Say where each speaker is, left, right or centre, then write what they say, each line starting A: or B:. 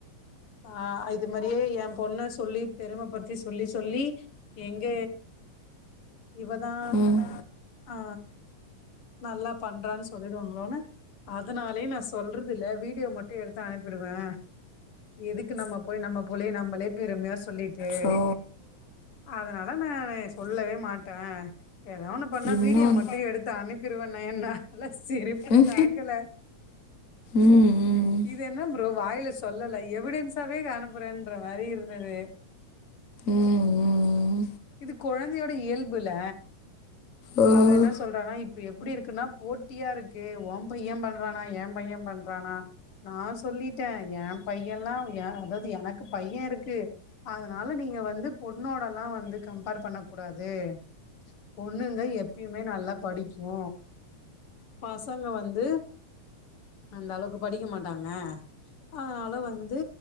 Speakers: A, on the left; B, on the left.
A: ஆ இது மாரியே ஏ பொண்ண சொல்லி பெரும படுத்தி சொல்லி சொல்லி எங்க இவதா
B: ம்
A: ஆ நல்லா பண்றான் சொல்லிடுவாங்ளோனு அதனாலயே நா சொல்றதில்ல வீடியோ மட்டு எடுத்து அனுப்பிடுவே எதுக் கு நம்ம போய் நம்ம புள்ளய நம்மளே பெருமையா சொல்லி ட்டு
B: சோ
A: அதனால நானு சொல்லவே மாட்டே எதோ ஒன்னு பண்ணா
B: இன்னொன்
A: வீடியோ மட்டு எடுத்து அனுப்பிருவேன்னேனா ல சிரிப்பு
B: ம்
A: தாங்கல
B: ம் ம்
A: இது என்ன ப்ரோ வாயில சொல்லல எவிடன்ஸ் ஸாவே அனுப்புறேன்ற மாரி இருந்தது
B: ம்
A: இது கொழந்தையோட இயல்புல
B: ம் ஓ
A: அவ என்ன சொல்றானா இப்ப எப்பிடி இருக்குன்னா போட்டியா இருக்கு ஓம்பைய பண்றானா ஏம்பைய பண்றானா நா சொல்லிட்டே ஏ பையல்லா ஏ அதாது எனக்கு பைய இருக்கு அதனால நீங்க வந்து பொண்ணோடல்லா வந்து கம்பேர் பண்ணக்கூடா து பொண்ணுங்க எப்யுமே நல்லா படிக்கு பசங்க வந்து அந்த அளவ்க்கு படிக்க மாட்டாங்க அதனால வந்து